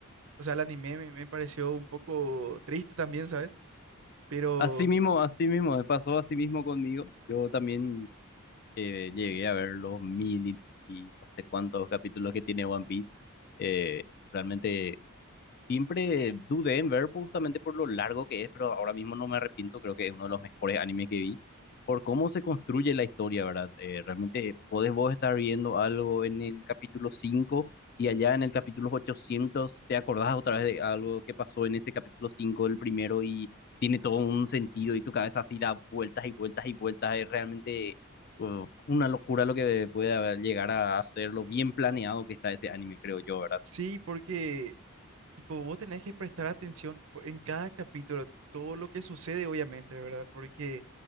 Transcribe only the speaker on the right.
o sea, el anime me, me pareció un poco triste también, ¿sabes? Pero
sí, porque Tipo, vos tenés que prestar atención po- en cada capítulo, todo lo que sucede, obviamente, ¿verdad? Porque